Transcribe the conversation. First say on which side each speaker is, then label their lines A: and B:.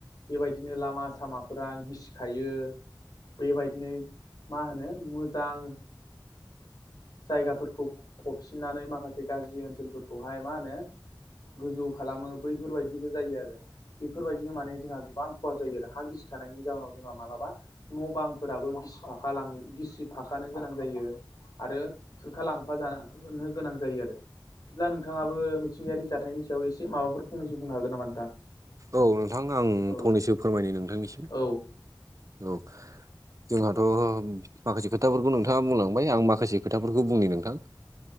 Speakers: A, on the left; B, on the right.
A: बेबायदिनो लामा सामाफोरा गिसिखायो बेबायदिनो मा होनो मोजां जायगाफोरखौ फबसिननानै माखासे गाज्रि ओनसोलफोरखौहाय मा होनो गोजौ खालामो बैफोरबायदिबो जायो आरो। बेफोरबायदिनो माने जोंहा गोबां खहा जायो आरो हा गिसिखानायनि जााहनाव जोंहा मालाबा न' बां फोराबो गिसिफाखा लां गिसिफाखानो गोनां जायो। आरो खुरखालांफा जानो गोनां जायो आरो। बिदिब्ला नोंथाङाबो मिथिंगायारि जाथायनि सायाव एसे माबाफोर फुंनि बुंनो हागोन नामा नोंथां?
B: औ नोंथां आं
A: औ
B: फंनैसो फोरमायनो नोंथांनिसिम।
A: औ
B: औ जोंहाथ' माखासे खोथाफोरखौ नोंथाङा बुंलांबाय आं माखासे खोथाफोरखौ बुंनि नोंथां